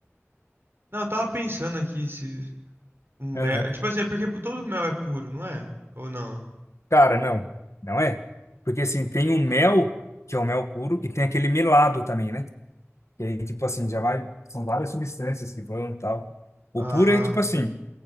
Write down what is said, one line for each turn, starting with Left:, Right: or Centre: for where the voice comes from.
Right: Não, eu tava pensando aqui se. Um mel.
Left: Aham.
Right: Tipo assim, é porque todo mel é puro, não é? Ou não?
Left: Cara, não. Não é. Porque assim, tem o mel, que é o mel puro, e tem aquele melado também, né? E aí, tipo assim, já vai... São várias substâncias que vão e tal. O
Right: Ah,
Left: puro é tipo assim,